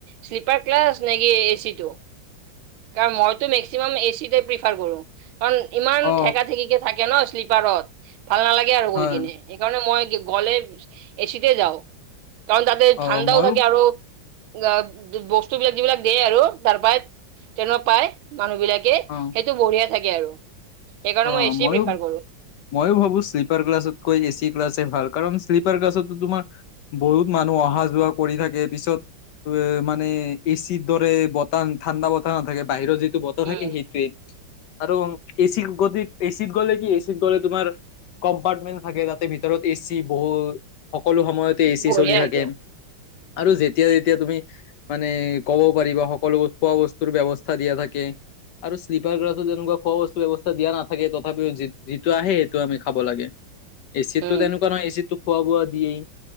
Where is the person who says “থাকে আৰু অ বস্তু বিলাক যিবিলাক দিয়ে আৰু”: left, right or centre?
Right